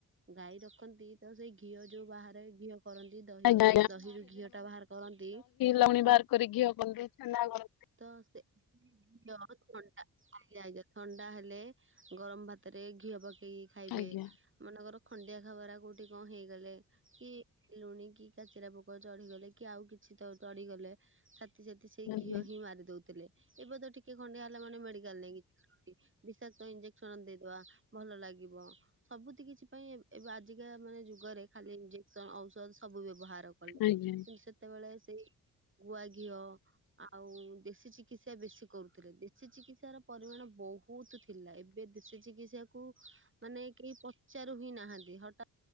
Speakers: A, on the right (about 30°); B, on the left (about 60°).
A: ଗାଈ ରଖନ୍ତି ତ ସେଇ ଘିଅ ଯୋଉ ବାହାରେ ଘିଅ କରନ୍ତି ଦହି
B: ଆଜ୍ଞା
A: ଦହିରୁ ଘିଅଟା ବାହାର କରନ୍ତି।
B: ଲହୁଣି ବାହାର କରିକି ଘିଅ କରନ୍ତି, ଛେନା କର
A: ତ ସେ ଜରଥଣ୍ଡା <unintelligible> ଥଣ୍ଡା ହେଲେ ଗରମ ଭାତରେ ଘିଅ ପକେଇକି ଖାଇବେ
B: ଆଜ୍ଞା
A: ମନେକର ଖଣ୍ଡିଆ ଖାବରା କୋଉଠି କଣ ହେଇଗଲେ କି ଲୁଣି କି କାଚେରା ପୋକ ଚଢିଗଲେ କି ଆଉ କିଛି ତ ଚଢିଗଲେ ସାତି ସାତି ସେଇ ଘିଅ
B: ଆଜ୍ଞା
A: ହିଁ ମାରି ଦୋଉଥିଲେ ଏବେ ତ ଟିକେ ଖଣ୍ଡିଆ ହେଲା ମାନେ ମେଡିକାଲ ନେଇକି କି ବିଷାକ୍ତ ଇଞ୍ଜେକ୍ସନ ଦେଇଦବା ଭଲଲାଗିବ। ସବୁଥି କିଛି ପାଇଁ ଏ ଏବେ ଆଜିକା ମାନେ ଯୁଗରେ ଖାଲି ଇଞ୍ଜେକ୍ସ ଔଷଧ ସବୁ ବ୍ୟବହାର ର କଲେ
B: ଆଜ୍ଞା।
A: କିନ୍ତୁ ସେତେବେଳେ ସେଇ ଗୁଆ ଘିଅ ଆଉ ଦେଶୀ ଚିକିତ୍ସା ବେଶୀ କରୁଥିଲେ ଦେଶୀ ଚିକିତ୍ସାର ପରିମାଣ ବୋହୁ ବୋହୁତୁ ଥିଲା ଏବେ ଦେଶି ଚିକିତ୍ସାକୁ ମାନେ କେହି ପଚାରୁ ହିଁ ନାହାନ୍ତି ହଠା